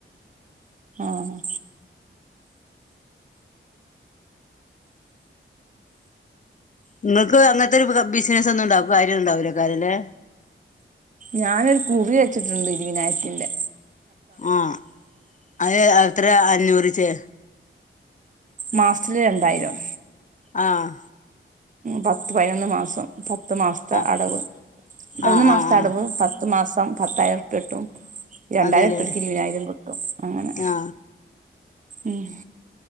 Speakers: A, on the right (about 35°); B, on the left (about 35°).
A: ആഹ്
B: ഇങ്ങക്ക് അങ്ങൻത്തെ ഒരു ബിസ്നസ് ഒന്നും ഇണ്ടാ കാര്യം ഇണ്ടാവുലെകാര ലെ
A: ഞാനൊരു കുറി വെച്ചിട്ടുണ്ട് ഇരുവയ്‌നായിരത്തിന്റെ
B: ആഹ് അത് എത്രെ അഞ്ഞൂറീച്ചേ
A: മാസ്ത്തില് രണ്ടായിരം
B: ആഹ്
A: പത്ത് പയിനൊന്ന് മാസം പത്തു മാസ്ത്തെ
B: ആ
A: അടവ് പതിനൊന്ന്
B: ആ
A: മാസ്ത്തെ
B: ആ ആ
A: അടവ് പ ത്ത് മാസം പത്തായിര ഉർപ്യട്ടും രണ്ടായിര
B: അതെല്ലേ
A: ഇട്ടോൽക്ക് ഇരുവയ്‌നായിരം കിട്ടും അങ്ങനെ
B: ആ
A: ഉം